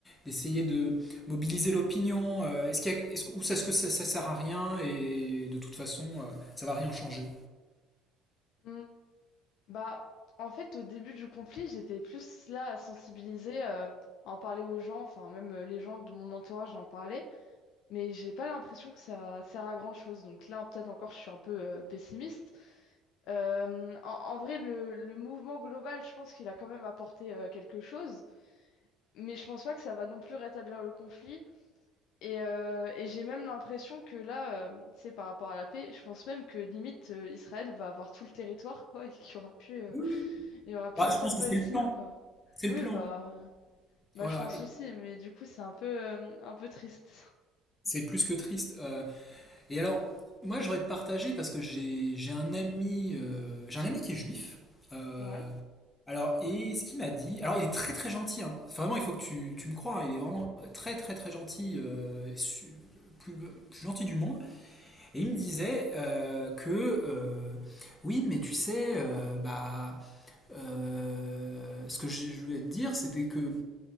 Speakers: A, on the left (about 20°); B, on the left (about 65°).
A: d'essayer de mobiliser l'opinion? euh, est-ce qu'il y a- est-ce- ou est-ce que ça, ça sert à rien et de toute façon, euh, ça va rien changer?
B: Hmm, Bah, en fait, au début du conflit, j'étais plus là à sensibiliser, euh, à en parler aux gens, enfin, même euh, les gens de mon entourage en parlaient. mais j'ai pas l'impression que ça sert à grand-chose. Donc là, peut-être encore, je suis un peu euh, pessimiste. Euh, en, en vrai, le, le mouvement global, je pense qu'il a quand même apporté euh, quelque chose, mais je pense pas que ça va non plus rétablir le conflit. Et, euh, et j'ai même l'impression que là, euh, tu sais, par rapport à la paix, je pense même que limite euh, Israël va avoir tout le territoire, quoi, et qu'il y aura plus, euh,
A: Oui, oui.
B: il y aura plus
A: Bah,
B: un
A: je
B: seul
A: pense
B: Palestinien,
A: que c'est le plan.
B: quoi.
A: C'est le
B: Oui,
A: plan.
B: bah, bah,
A: Voilà.
B: je pense
A: Et
B: aussi, mais du coup, c'est un peu, euh, un peu triste.
A: c'est plus que triste. Euh, Et alors, moi, je voudrais te partager parce que j'ai j'ai un ami, euh, j'ai un ami qui est juif. euh,
B: Ouais.
A: alors, et ce qu'il m'a dit, alors il est très très gentil, hein. Vraiment, il faut que tu, tu me crois, hein, il est vraiment très très très gentil, euh, et su- plus, le plus gentil du monde. Et il me disait euh, que, euh, oui, mais tu sais, euh, bah, euh, ce que je je voulais te dire, c'était que